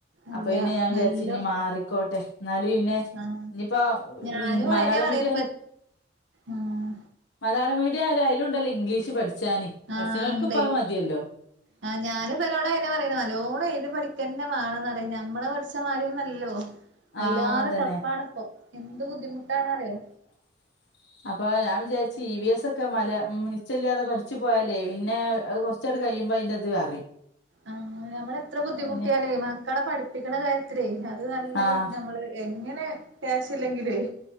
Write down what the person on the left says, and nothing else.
അപ്പൊ പിന്നെ ഞാൻ വിചാരിച്ചു.
ഇഞ്ഞ് മാറിക്കോട്ടെ എന്നാലും പിന്നെ
ഇനിയിപ്പോ
മലയാള
മീഡിയം
മലയാള മീഡിയ ആയാലും അയിലും ഉണ്ടല്ലോ, ഇംഗ്ലീഷ് പഠിച്ചാന്.
പഠിച്ച്ണോൽക്ക്
ഇപ്പ അത് മതിയല്ലോ
ആഹ്
അതന്നെ
ആ <inaudible> അപ്പൊ ഞാൻ വിചാരിച്ചു. ഇ വി എസ് ഒക്കെ മല നി ച്ചല്ലാതെ പഠിച്ചു പോയാലേ പിന്നെ കുറ കുറച്ചടു കഴിയുമ്പോൾ അയിന്റെയ് ഇത് അറിയും.
പിന്നെ
ആഹ്